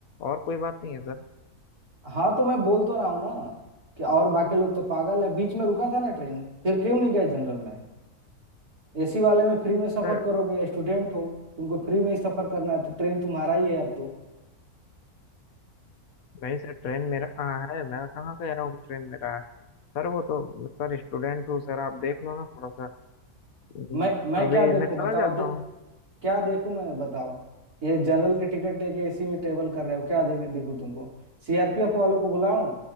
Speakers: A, on the left; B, on the right.
A: और कोई बात नहीं है सर
B: हाँ तो मैं बोल तो रहा हूँ ना कि और बाकी लोग तो पागल हैं बीच में रुका था ना ट्रेन फिर क्यों नहीं गए जनरल में एसी वाले में फ्री में सफर
A: सर
B: करोगे स्टूडेंट हो तुमको फ्री में ही सफर करना है तो ट्रेन तुम्हारा ही है अब तो
A: नहीं सर ट्रेन मेरा कहाँ है मैं कहाँ कह रहा हूँ कि ट्रेन मेरा है सर वो तो सर स्टूडेंट हूँ सर आप देख लो ना थोड़ा सा हम्म,
B: मैं मैं
A: अभी
B: क्या देखूं
A: मैं चला
B: बताओ
A: जाता
B: दे,
A: हूँ
B: क्या देखूं मैं बताओ ये जनरल के टिकट लेके एसी में ट्रेवल कर रहे हो क्या दे, देखूं तुमको सीआरपीएफ वालों को बुलाऊं